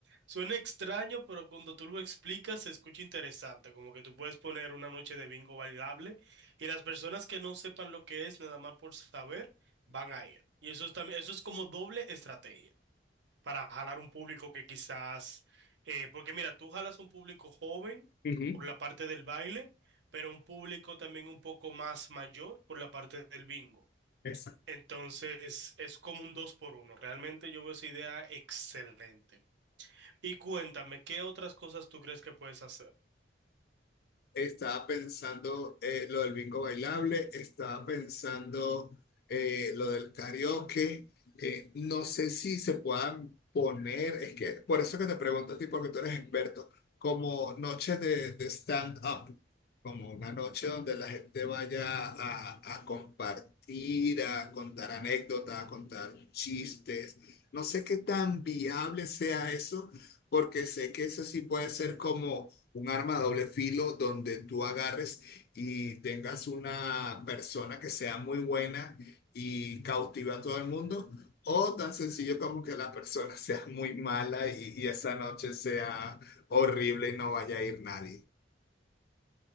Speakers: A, on the right; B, on the left.
A: suena extraño, pero cuando tú lo explicas se escucha interesante, como que tú puedes poner una noche de bingo bailable y las personas que no sepan lo que es, nada más por saber, van a ir. Y eso es también, eso es como doble estrategia para jalar un público que quizás, eh, porque mira, tú jalas un público joven
B: Ujú.
A: por la parte del baile, pero un público también un poco más mayor por la parte del bingo.
B: Exacto.
A: Entonces es como un dos por uno. Realmente yo veo esa idea excelente. Y cuéntame, ¿qué otras cosas tú crees que puedes hacer?
B: Estaba pensando eh, lo del bingo bailable, estaba pensando eh, lo del karaoke. eh, no sé si se puedan poner, es que por eso que te pregunto a ti, porque tú eres experto, como noches de, de stand-up, como una noche donde la gente vaya a, a compartir, a contar anécdotas, a contar chistes. No sé qué tan viable sea eso, porque sé que eso sí puede ser como un arma de doble filo donde tú agarres y tengas una persona que sea muy buena y cautiva a todo el mundo, o tan sencillo como que la persona <laughs> sea muy mala y, y esa noche sea horrible y no vaya a ir nadie.